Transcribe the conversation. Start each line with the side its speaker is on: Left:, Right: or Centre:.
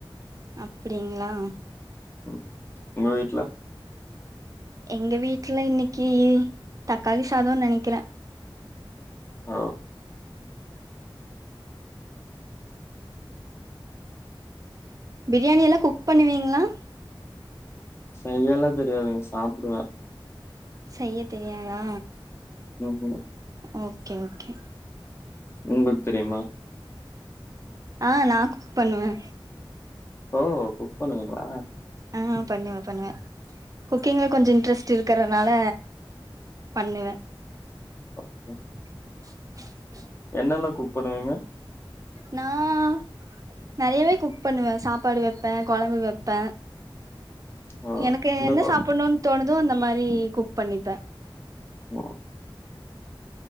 Right: அப்டிங்ளா
Left: ம், உங்க வீட்ல
Right: எங்க வீட்ல இன்னைக்கி தக்காளி சாதோன்னு நெனைக்கிறே
Left: ஆ
Right: பிரியாணி எல்லா குக் பண்ணுவீங்ளா?
Left: செய்யல்லா தெரியாதுங்க சாப்டுவ
Right: செய்ய தெரியாதா?
Left: ம்ஹூம்
Right: ஓகே ஓகே
Left: உங்ளுக்கு தெரிமா
Right: ஆ, நா குக் பண்ணுவே
Left: ஓ, குக் பண்ணுவிங்ளா
Right: ஆ, பண்ணுவே பண்ணுவே குக்கிங்ல கொஞ்சோ இன்ட்ரெஸ்ட் இருக்கறனால பண்ணுவே
Left: ஓ
Right: <inaudible>
Left: என்னல்லா குக் பண்ணுவீங்க
Right: நான் நெறையவே குக் பண்ணுவே சாப்பாடு வெப்பே கொழம்பு வைப்பே
Left: ஓ!
Right: எனக்கு என்ன
Left: கொ
Right: சாப்புட்ணோன்னு தோணுதோ அந்த மாரி குக் பண்ணிப்பே
Left: ஒ